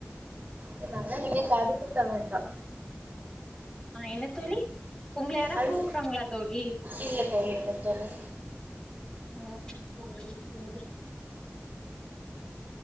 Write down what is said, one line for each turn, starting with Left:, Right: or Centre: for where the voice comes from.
Right: அதுனால நீங்க காது குத்த வேண்டா
Left: ஆ என்ன தோழி உங்ள யாரா
Right: அது
Left: கூப்ட்றாங்களா தோழி
Right: இல்ல தோழி இல்ல தோழி
Left: ம் சேரி தோழி